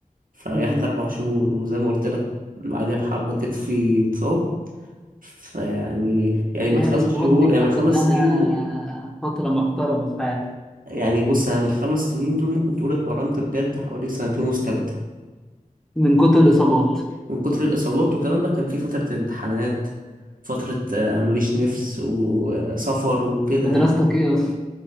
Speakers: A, on the right; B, in the centre.
A: فريحت
B: مم.
A: اربع شهور وزي ما قلت لك بعدها بحبة كتفي اتصاب فيعني يعني
B: ما
A: من الخمس
B: هي الاصابات
A: شهور
B: دي بتاخد
A: يعني من الخمس
B: لها
A: سنين دول
B: فترة محترمة في حياتك
A: يعني بص انا من الخمس سنين دول ممكن تقول اتمرنت بجد حوالي سنتين ونص تلاتة
B: من كتر الاصابات
A: من كتر الاصابات وكمان بقى كان في فترة امتحانات فترة آه،
B: مم.
A: مليش نفس وسفر وكده
B: بدراستك
A: يعني
B: ايه اصلا؟